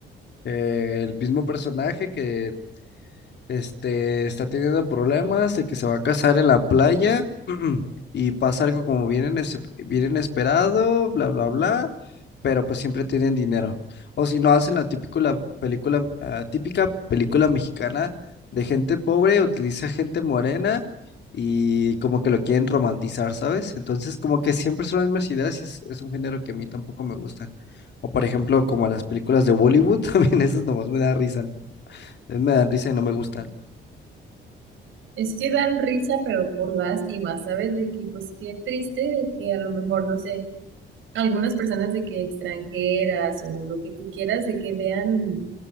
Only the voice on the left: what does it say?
Eh, el mismo personaje que este, está teniendo problemas de que se va a casar en la playa <clears throat> y pasa algo como bien, ines- bien inesperado, bla, bla, bla, pero pues siempre tienen dinero. O si no, hacen la típico, la película, ah, típica película mexicana de gente pobre, utiliza gente morena y como que lo quieren romantizar, ¿sabes? Entonces, como que siempre son las mismas ideas y es, es un género que a mí tampoco me gustan. O por ejemplo, como las películas de Bollywood, <laughs> también esas nomás me dan risa, me dan risa y no me gustan.